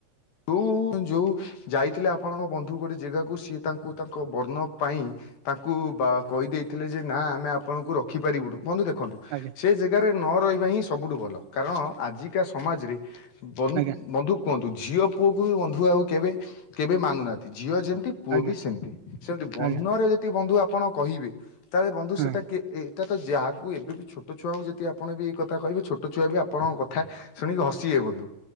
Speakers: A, on the left (about 70°); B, on the right (about 85°).
A: ଉଁ ଯେଉଁ ଯାଇଥିଲେ ଆପଣଙ୍କ ବନ୍ଧୁ ଗୋଟେ ଜେଗାକୁ ସିଏ ତାଙ୍କୁ ତାଙ୍କ ବର୍ଣ୍ଣ ପାଇଁ ତାଙ୍କୁ ବା କହିଦେଇଥିଲେ ଯେ ନା ଆମେ ଆପଣଙ୍କୁ ରଖିପାରିବୁନୁ ବନ୍ଧୁ ଦେଖନ୍ତୁ
B: ଆଜ୍ଞା।
A: ଏ ଯେଗାରେ ନ ରହିବା ହିଁ ସବୁଠୁ ଭଲ କାରଣ ଆଜିକା ସମାଜରେ ବନ୍
B: ଆଜ୍ଞା
A: ବନ୍ଧୁ କୁହନ୍ତୁ ଜଝିଓ ପୁଅକୁ ବି ବନ୍ଧୁ ଆଉ କେବେ କେବେ ମାନୁନାତି ଝିଅ ଯେମତି ପୁଅ
B: ଆଜ୍ଞା
A: ବି ସେମତି ସେମତି ବଣ୍ଣରେ
B: ଆଜ୍ଞା
A: ଯତି ବନ୍ଧୁ ଆପଣ କହିବେ ତାହେଲେ ବନ୍ଧୁ
B: ହଁ
A: ସେଟା କେ ଏ ଏଟା ତ ଯାହାକୁ ଏବେ ବିି ଛୋଟ ଛୁଆଙ୍କୁ ଯତି ଆପଣ ବି ଏଇ କଥା କହିବେ ଛୋଟ ଛୁଆ ବି ଆପଣଙ୍କ କଥା ଶୁଣିକି ହସିଏ ବନ୍ଧୁ।